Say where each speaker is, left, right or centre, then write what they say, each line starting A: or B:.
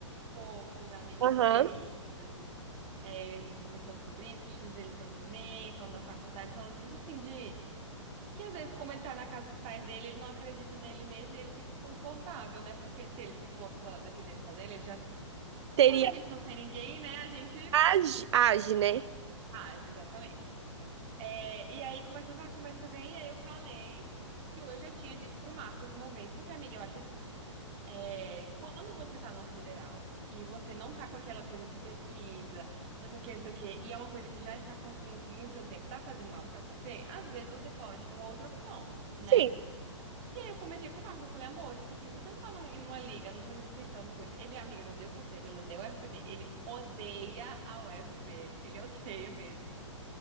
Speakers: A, on the right; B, on the right.
A: fofos, amigos
B: Aham.
A: uns queridos. É, a gente conversando sobre isso, os tios dele também, falando da faculdade, falando, tipo assim, de. Que às vezes, como ele tá na casa dos pais dele, ele não acredita nele mesmo e ele fica confortável, né? Porque se ele for só depender só dele, ele já.
B: Teria.
A: Quando a gente não tem ninguém, né? A gente
B: Age, age, né?
A: age, exatamente. É, e aí, conversa vai, conversa vem, e aí eu falei que eu eu já tinha dito pro Marcos uma vez, porque, amiga, eu acho assim, é, quando você tá numa federal e você não tá com aquela coisa de pesquisa, não sei o que, não sei o que, e é uma coisa que já está consumindo muito seu tempo, tá fazendo mal pra você, às vezes você pode ver uma outra opção, né?
B: Sim.
A: E aí eu comentei com o Marcos, eu falei, amor, tipo assim, você não tá num- numa liga, num projeto de extensão, numa coisa. Ele, amiga, ele odeia o curso dele, ele odeia o UFPB, ele odeia a UFPB, ele <laughs> odeia mesmo.